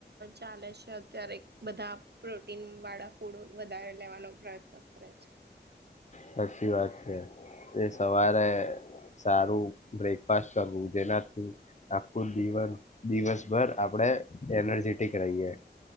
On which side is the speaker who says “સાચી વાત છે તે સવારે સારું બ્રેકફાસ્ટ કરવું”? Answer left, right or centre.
Left